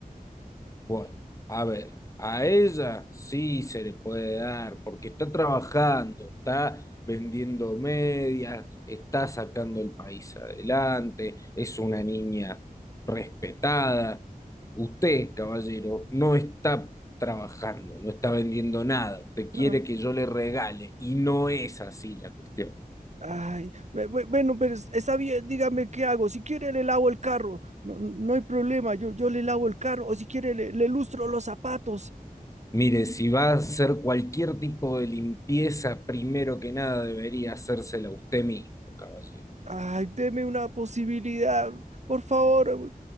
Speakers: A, on the left (about 20°); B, on the right (about 50°).
A: Bueno, a ver, a ella sí se le puede dar, porque está trabajando, está vendiendo medias, está sacando el país adelante, es una niña respetada. Usted, caballero, no está trabajando, no está vendiendo nada, usted quiere
B: No,
A: que yo le regale, y no es así la cuestión.
B: ay, bu- bu- bueno, pero es- está bien, dígame qué hago. Si quiere, le lavo el carro. No, no no hay problema, yo, yo le lavo el carro. O si quiere, le, le lustro los zapatos.
A: Mire, si va a hacer cualquier tipo de limpieza, primero que nada debería hacérsela usted mismo, caballero.
B: Ay, deme una posibilidad, por favor,